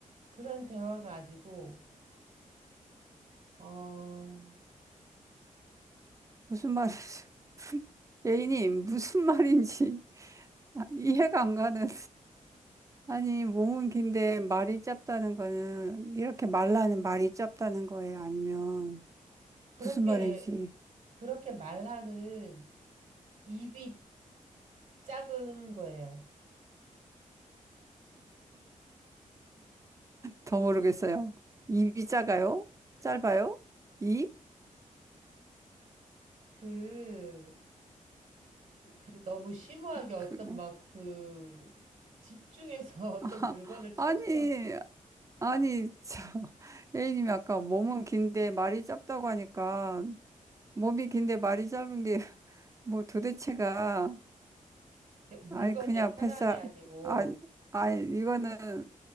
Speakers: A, on the right (about 65°); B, on the right (about 25°).
A: 그런 대화 가지고 어
B: 무슨 말이지 <laughs> 예인님, 무슨 말인지 아, 이해가 안 가는. 아니, 몸은 긴데 말이 짧다는 거는 이렇게 말라는 말이 짧다는 거예요? 아니면
A: 그렇게
B: 무슨 말인지
A: 그렇게 말하는 입이 작은 거예요.
B: 더 모르겠어요. 입이 작아요? 짧아요? 이?
A: 그, 그 너무 심오하게 어떤
B: 그,
A: 막 그 집중해서 <laughs> 어떤
B: <laughs>
A: 물건을 찾으려고
B: 아니, 아니, 저, <laughs> A님이 아까 몸은 긴데 말이 짧다고 하니까, 몸이 긴데 말이 짧은 게, <laughs> 뭐 도대체가,
A: 이렇게 물건이
B: 아니, 그냥
A: 사람이
B: 패스,
A: 아니고
B: 아니, 아니, 이거는